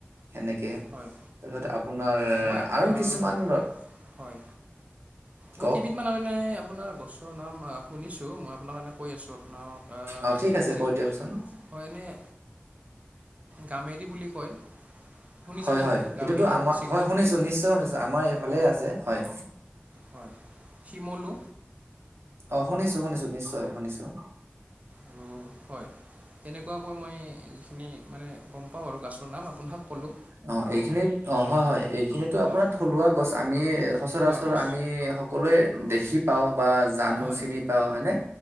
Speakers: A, on the right (about 75°); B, on the right (about 35°).
A: সেনেকে তাৰপিছত
B: হয়
A: আপোনাৰ
B: মই
A: আৰু
B: আহ,
A: কিছুমান।
B: হয়। মই
A: কওক
B: কেইবিধমানে আপোনাৰ গছৰ নাম আ শুনিছোঁ। মই আপোনাক এনে কৈ আছোঁ আপোনাক
A: অ
B: যে
A: ঠিক আছে কৈ দিয়কচোন
B: হয় এনেই। গামেৰি বুলি কয়। শুনিছেনে
A: হয় হয়
B: আপুনি
A: সেইটোতো
B: গামেৰি
A: আমাৰ
B: চেগুন
A: হয় শুনিছোঁ নিশ্চয় শুনিছো আমাৰ এইফালে আছে হয়।
B: হয় শিমলু।
A: অ শুনিছোঁ শুনিছোঁ নিশ্চয় শুনিছোঁ
B: আৰু হয় তেনেকুৱাকৈ মই যিখিনি মানে গম পাওঁ আৰু গাছ মই আপোনাক কলোঁ।
A: অ এইখিনিত অ হয় হয় এইখিনিতো
B: হয়
A: আপোনাৰ থলুৱা গছ আমি সচৰাচৰ
B: থলুৱা গছ
A: আমি সকলোৱে দেখি পাওঁ বা জানোঁ
B: হয়
A: চিনি পাওঁ হয়নে